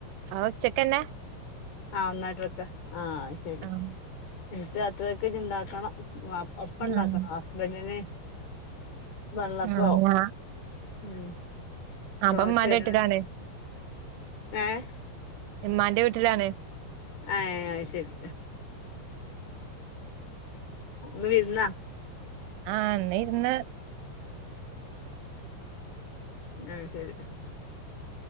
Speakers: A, on the right; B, on the left.
A: അവ ഉച്ചക്ക് തന്നെ
B: ആഹ് ഒന്നായിട്ട് വക്ക ആഹ് ശരി
A: ആഹ്
B: എനിക്ക് രാത്രിലത്തേക് ഇണ്ടാ ക്കണം അപ്പം ഉണ്ടാക്കണം
A: ആഹ്
B: ഹസ്ബൻഡന് വെള്ളപ്പോ
A: ആഹ് ഞാ
B: ഉം
A: അപ്പൊ
B: ദോശേ
A: ഉമ്മാന്റെ
B: അങ്ങനെ
A: വീട്ടിലാണ്
B: ഒക്ക ഏഹ്
A: ഇമ്മാന്റെ വീട്ടിലാണ്
B: ആഹ് ഏഹ് അത് ശരി ഇന്ന് വിരുന്നാ
A: ആഹ് ഇന്ന് വിരുന്നാ
B: ആഹ് ശരി